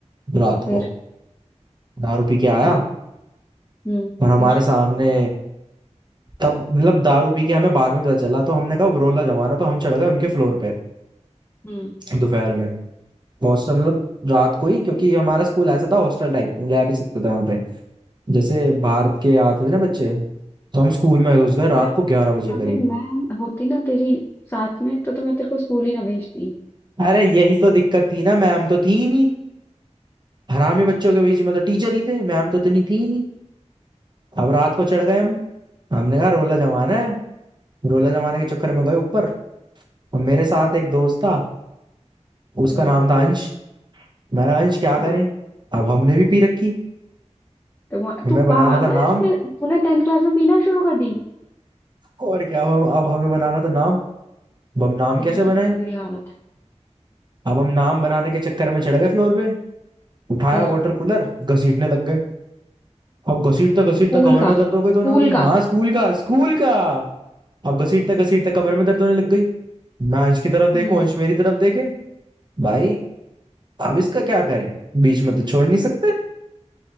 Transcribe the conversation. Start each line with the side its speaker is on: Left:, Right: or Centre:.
Right: रात
Left: फिर
Right: को दारू पी के आया
Left: हाँ। हम्म
Right: और हमारे
Left: फिर
Right: सामने तब मतलब दारू पी के हमें बाद में पता चला तो हमने कहा रोला जमाना तो हम चढ़ गए उनके फ्लोर पे
Left: हम्म
Right: दोपहर में हॉस्टल मतलब रात को ही क्योंकि हमारा स्कूल ऐसा था हॉस्टल टाइप रह भी सकते थे वहां पे जैसे भारत के आते थे ना बच्चे तो हम स्कूल में घुस गए रात
Left: मैं
Right: को ग्यारह बजे
Left: अगर
Right: करीब
Left: मैं होती ना तेरी साथ में तो तो मैं तेरे को स्कूल ही ना भेजती
Right: अरे यही तो दिक्कत थी ना मैम तो थी ही नहीं हरामी बच्चों के बीच में तो टीचर ही थे मैम तो इतनी थी ही नहीं अब रात को चढ़ गए हम हमने कहा रोला जमाना है रोला जमाने के चक्कर में गए ऊपर और मेरे साथ एक दोस्त था उसका
Left: हम्म
Right: नाम था अंश मैंने कहा, अंश क्या
Left: हाँ
Right: करें अब हमने भी पी रखी
Left: तो वहाँ-
Right: हमें
Left: तू
Right: बनाना
Left: पागल
Right: था नाम
Left: है तूने तूने टेंथ क्लास में पीना शुरू कर दी
Right: और क्या अब हम अब हमें बनाना था नाम अब हम नाम
Left: तेरे
Right: कैसे बनाए
Left: तो बड़ी बुरी हालत है
Right: अब हम नाम बनाने के चक्कर में चढ़ गए फ्लोर पे उठाया
Left: फिर
Right: वाटर कूलर घसीटने लग गए अब घसीटता घसीटता
Left: स्कूल
Right: कमर
Left: का
Right: में दर्द हो गई
Left: स्कूल
Right: दोनों की हाँ
Left: का
Right: स्कूल का स्कूल का अब घसीटते घसीटते कमर में दर्द होने लग गई मैं अंश की तरफ देखूं
Left: हम्म
Right: अंश मेरी तरफ देखे भाई अब इसका क्या करें बीच में तो छोड़ नहीं सकते